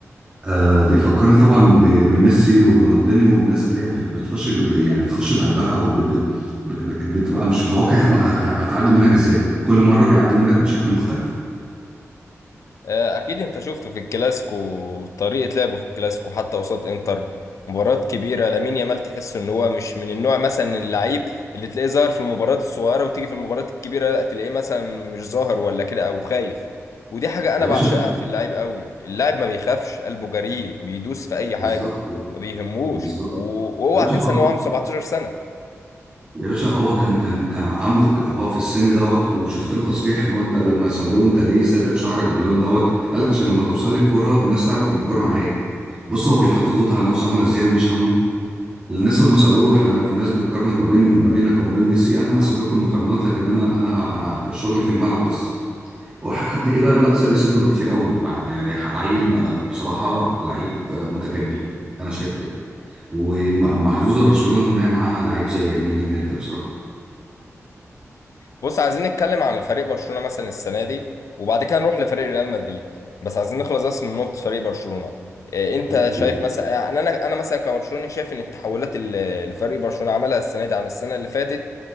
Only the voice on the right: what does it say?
آه بيفكرني طبعا ب- بميسي ورونالدينيو والناس اللي هي بت- بتخش ب- ب- يعني بتخش بقلبها او ب- بت- ب- بتبقى مش متوقع هت- هتعدي منك ازاي كل مرة بيعدي منك بشكل مختلف
يا
باشا ده
بالظبط
بالظبط
يا باشا
هو
يا باشا هو كان كان كان عنده هو في السن دوت وشفت له تصريح اللي هو انت لما سألوه انت ليه سابغ شعرك باللون دوت قال لك عشان لما توصل لي الكوره الناس تعرف ان الكوره معايا بص هو بيحط ضغوط على نفسه عامله ازاي ومش همه الناس لما سالوه احنا في الناس بتقارنك ما بين ما بينك وما بين ميسي انا هسيب لكم المقارنات لكن انا انا ه- ه- شغلي في الملعب بس وحد كده لا سابق سنه بكتير قوي ع- يعني ح- عيل ما- بصراحه لعيب آه، متكامل انا شايف كده ومحظوظه برشلونه ان هي معاها لعيب زي مين يامال ده بصراحه
اوكي